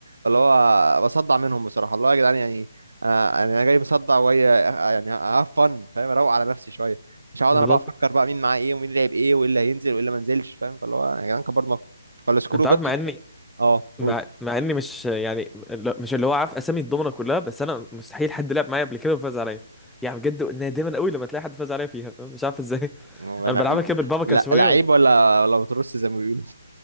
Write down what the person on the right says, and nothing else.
اللي هو بصدع منهم بصراحه الله يا جدعان يعني آه، انا جاي مصدع وهي يعني هاف فن فاهم اروق على نفسي شويه مش هقعد
انا بقى افكر بقى مين معاه ايه ومين لعب ايه وايه اللي هينزل وايه اللي ما نزلش فاهم فاللي هو يا جدعان كبرنا فالسكرو
جت
اه قول
هو
انا
لا
لعيب
ولا ولا بترص زي ما بيقولوا